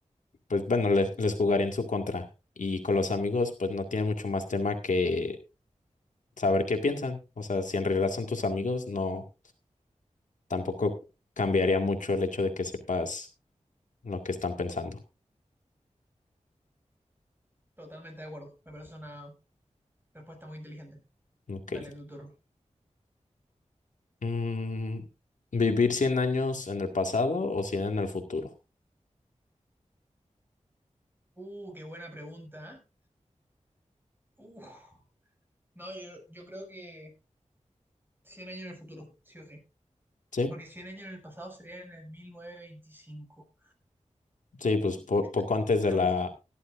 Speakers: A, on the left; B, on the right.
A: pues bueno, les, les jugaré en su contra. Y con los amigos, pues no tiene mucho más tema que saber qué piensan. O sea, si en realidad son tus amigos, no, tampoco cambiaría mucho el hecho de que sepas lo que están pensando.
B: Totalmente de acuerdo. Me parece una respuesta muy inteligente.
A: Ok.
B: Dale tu turno.
A: Mm, ¿vivir cien años en el pasado o 100 en el futuro?
B: Uh, qué buena pregunta. ¿eh? Uh, no, yo, yo creo que 100 años en el futuro, sí o sí.
A: Sí,
B: Porque 100 años en el pasado sería en el 1925.
A: sí, pues po-
B: Est-
A: poco
B: est-
A: antes
B: Estamos,
A: de la,